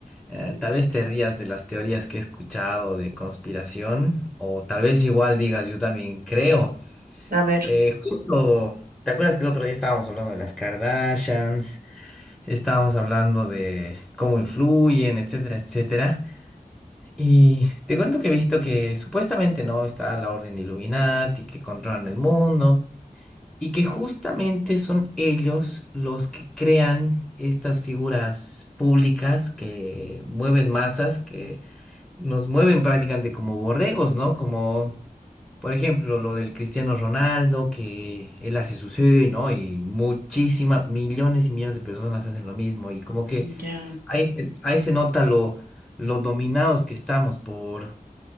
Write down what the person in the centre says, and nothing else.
eh,
tal vez te rías de las teorías que he escuchado de conspiración, o tal vez igual digas, yo también creo.
Eh, justo, ¿te acuerdas que el otro día estábamos hablando de las Kardashians? Estábamos hablando de cómo influyen, etcétera, etcétera. Y te cuento que he visto que supuestamente no está la Orden de Illuminati, que controlan el mundo, y que justamente son ellos los que crean estas figuras públicas que mueven masas, que nos mueven prácticamente como borregos, ¿no? Como, por ejemplo, lo del Cristiano Ronaldo, que él hace su sí, ¿no? Y muchísimas, millones y millones de personas hacen lo mismo, y como que
ahí se, ahí se nota lo, lo dominados que estamos por